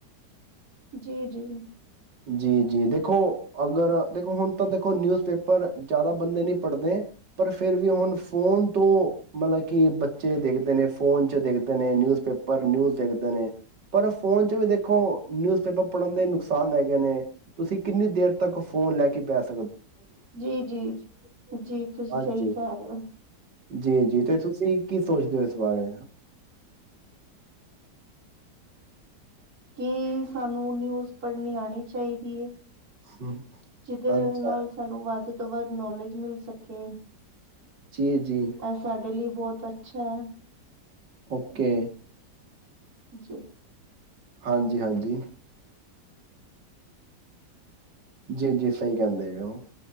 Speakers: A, on the right; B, on the right.
A: ਜੀ-ਜੀ।
B: ਜੀ, ਜੀ ਦੇਖੋ ਅਗਰ ਦੇਖੋ ਹੁਣ ਤਾਂ ਦੇਖੋ ਨਿਊਜ਼ ਪੇਪਰ ਜ਼ਿਆਦਾ ਬੰਦੇ ਨਹੀਂ ਪੜ੍ਹਦੇ ਪਰ ਫੇਰ ਵੀ ਹੁਣ ਫੋਨ ਤੋਂ ਮਤਲਬ ਕਿ ਬੱਚੇ ਦੇਖਦੇ ਨੇ ਫੋਨ ਦੇਖਦੇ ਨੇ ਨਿਊਜ਼ ਪੇਪਰ ਨਿਊਜ਼ ਦੇਖਦੇ ਨੇ ਪਰ ਫੋਨ ਵੀ ਦੇਖੋ ਨਿਊਜ਼ ਪੇਪਰ ਪੜ੍ਹਨ ਦੇ ਨੁਕਸਾਨ ਹੈ। ਨੇ ਤੁਸੀਂ ਕਿੰਨੀ ਦੇਰ ਤੱਕ ਫੋਨ ਲੈ ਕੇ ਬੈ ਸਕ
A: ਜੀ-ਜੀ-ਜੀ-ਜੀ, ਤੁਸੀਂ
B: ਹਾਂਜੀ
A: ਸਹੀ ਕਹਿ ਰਹੇ ਹੋ।
B: ਜੀ-ਜੀ ਤੇ ਤੁਸੀਂ ਕੀ ਸੋਚਦੇ ਹੋ? ਬਾਰੇ?
A: ਕੀ ਸਾਨੂੰ ਨਿਊਜ਼ ਪੜ੍ਹਨੀ ਆਣੀ ਚਾਹੀਦੀ ਹੈ?
B: ਹਮ,
A: ਜਿਦ੍ਹੇ
B: ਅੱਛਾ
A: ਨਾਲ ਸਾਨੂੰ ਵੱਧ ਉਹ ਤੋਂ ਵੱਧ ਨੌਲੇਜ ਮਿਲ ਸਕੇ
B: ਜੀ-ਜੀ
A: ਇਹ ਸਾਡੇ ਲਈ ਬਹੁਤ ਅੱਛਾ।
B: ਓਕੇ।
A: ਜੀ।
B: ਹਾਂਜੀ, ਹਾਂਜੀ। ਜੀ, ਜੀ। ਸਹੀ ਕਹਿੰਦੇ ਦੇ ਔ।